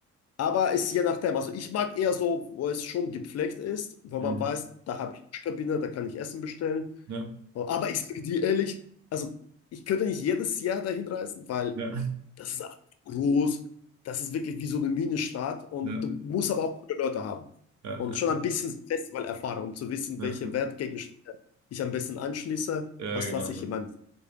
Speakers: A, on the left (about 55°); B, on the right (about 65°).
A: Aber ist je nachdem. Also ich mag eher so, wo es schon gepflegt ist, wo man
B: Mhm.
A: weiß, da habe ich Waschkabine, da kann ich Essen bestellen.
B: Ja.
A: Aber ich sage dir ehrlich, also ich könnte nicht jedes Jahr dahin reisen, weil
B: Ja.
A: das ist groß. Das ist wirklich wie so eine Minenstadt. Und
B: Ja.
A: du musst aber auch coole Leute haben.
B: Ja.
A: Und schon ein bisschen so Festivalerfahrung, um zu wissen,
B: Ja.
A: welche
B: Ja.
A: Wertgegenstände ich am besten anschließe.
B: Ja,
A: Was
B: genau.
A: lasse
B: ne.
A: ich in meinem,